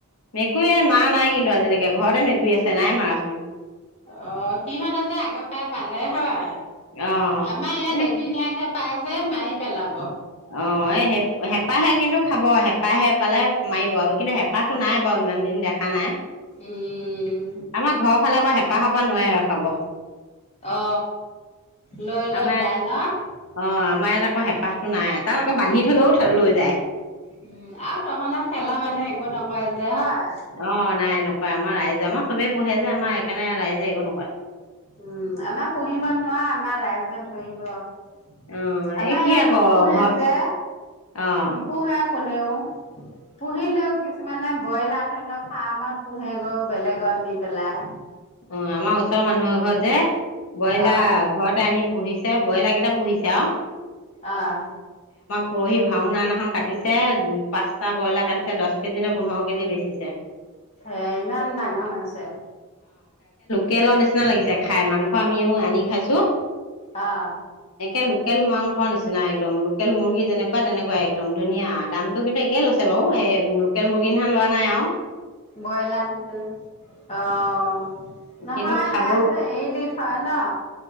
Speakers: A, on the left (about 65°); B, on the left (about 30°).
A: মেকুৰীয়ে মাৰা নাই কিন্তু আজিলৈকে ঘৰতে মেকুৰী আছে নাই মাৰাচোন
B: অ সিহঁতে যে আগৰ পৰাই পালে হয়
A: অ',
B: আমাৰ ইয়াত
A: এনে
B: এদিনীয়াকে পাই যায় মাৰি পেলাব।
A: অ হেঁপাহে কিন্তু খাব হেঁপাহে পালে মাৰিব আৰু কিন্তু হেঁপাহটো নাই বাৰু ইমান দিন দেখা নাই।
B: উম
A: আমাৰ ঘৰৰ ফালে আকৌ হেঁপাহ সোপাহ নোৱাৰে ৰখাব
B: অ লৈ লৈ
A: আমাৰ
B: যায় ন
A: অ। মই আকৌ হেপাহ। নাই তাত আকৌ বান্ধি থলেও লৈ যায়।
B: উম আৰু তহঁতৰ খেলৰ মানুহে একো নকয় যে হয়
A: অ নাই ন। কয় আমাৰ ৰাইজে আমাৰ চবেই পোহে যে আমাৰ সেইকাৰণে ৰাইজে একো নকৰে।
B: উম আমাৰ পুহিমিব নোৱাৰ। আমাৰ ৰাইজে ধৰিব। আমাৰ
A: অ', এই
B: ইয়াত
A: কি আকৌ
B: নোপোহে
A: ঘৰ
B: যে
A: অ'।
B: নোপোহে। কোনেও পুহিলেও কিছুমানে ব্ৰইলাৰ ধৰি লওক ফাৰ্মত পুহেগৈ বেলেগত নি পেলাই।
A: অ আমাৰ ওচৰৰ মানুহৰ ঘৰ যে। ব্ৰইলাৰ
B: অ
A: ঘৰতে আনি। পুহিছে ব্ৰইলাৰ কেইটা পুহিছে আও।
B: অহ।
A: পৰহি ভাওনানাখন কাটিছে। পাঁচটা ব্ৰইলাৰ কাটিছে দহ। কেজি ন পোন্ধৰ কেজি বেচিছে।
B: এ ইমান ডাঙৰ হৈছে।
A: তেলৰ নিচিনা লাগিছে খাই মাংস আমিও আনি খাইছো।
B: অহঁ।
A: এনেকে লোকেল মাংসৰ নিচিনা একদম লোকেল মুৰ্গী যেনেকুৱা তেনেকুৱা একদম ধুনীয়া দামটো কিন্তু একেই লৈছে বাৰু এই লোকেল মুৰ্গীৰ নিখন লোৱা নাই আও।
B: ব্ৰইলাৰনিছিনা অ। অ নহয়
A: কিন্তু খাব
B: সেয়াজ
A: অ
B: এ দি থয় ন